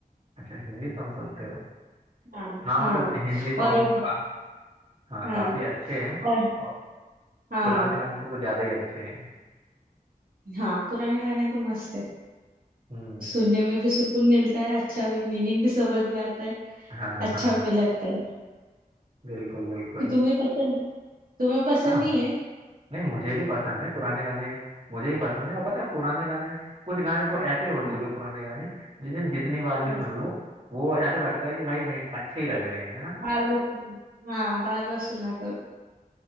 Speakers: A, on the right; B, on the right.
A: अच्छा हिंदी सॉन्ग सुनते हो
B: हाँ
A: हाँ
B: हाँ
A: मतलब हिंदी सॉन्ग
B: और अग-
A: का हाँ
B: हाँ
A: काफी अच्छे हैं
B: और
A: और
B: हाँ
A: पुराने गाने तो कुछ ज्यादा ही अच्छे हैं
B: हाँ पुराने गाने तो मस्त है
A: हम्म
B: सुनने में भी सुकून मिलता है अच्छा भी मीनिंग भी समझ में आता है
A: हाँ
B: अच्छा
A: हाँ
B: भी लगता है
A: बिल्कुल बिल्कुल
B: कि तुम्हें पसंद तुम्हें पसंद
A: हाँ
B: नहीं है
A: नहीं मुझे भी पसंद है पुराने गाने मुझे भी पसंद है और पता है पुराने गाने कुछ गाने तो ऐसे हो चुके
B: हाँ
A: हैं, पुराने गाने जिन्हें जितनी बार
B: यस
A: भी सुन लो वो ऐसा लगता है कि भाई नहीं अच्छे ही लग रहे हैं है ना
B: बार बार सुन हाँ बार बार सुना करो